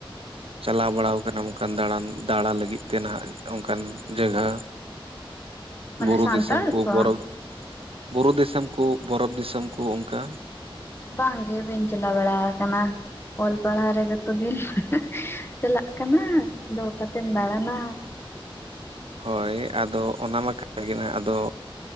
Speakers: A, on the right; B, on the left.
A: ᱪᱟᱞᱟᱣ ᱵᱟᱲᱟᱣ ᱠᱟᱱᱟᱢ ᱠᱟᱱ ᱫᱟᱬᱟᱱ ᱫᱟᱬᱟ ᱞᱟᱹᱜᱤᱫ ᱛᱮ ᱱᱟᱦᱟᱜ ᱚᱱᱠᱟᱱ ᱡᱟᱹᱜᱷᱟ
B: ᱢᱟᱱᱮ
A: ᱵᱩᱨᱩ
B: ᱥᱟᱱᱛᱟᱲ
A: ᱫᱤᱥᱚᱢ ᱠᱩ
B: ᱠᱚ
A: ᱵᱚᱨᱚ ᱵᱩᱨᱩ ᱫᱤᱥᱚᱢ ᱠᱩ ᱵᱚᱨᱚᱯᱷ ᱫᱤᱥᱚᱢ ᱠᱩ ᱚᱱᱠᱟ
B: ᱵᱟᱝ ᱜᱮ ᱵᱟᱹᱧ ᱪᱟᱞᱟᱣ ᱵᱟᱲᱟ ᱠᱟᱱᱟ᱾ ᱚᱞ ᱯᱟᱲᱦᱟᱣ ᱨᱮᱜᱮ ᱛᱚ ᱫᱤᱱ ᱪᱟᱞᱟᱜ ᱠᱟᱱᱟ, ᱟᱫᱚ ᱚᱠᱟᱛᱮᱢ ᱫᱟᱬᱟᱱᱟ
A: ᱦᱳᱭ ᱟᱫᱚ ᱚᱱᱟ ᱢᱟ ᱠᱟᱱ ᱜᱮ ᱱᱟᱜ ᱟᱫᱚ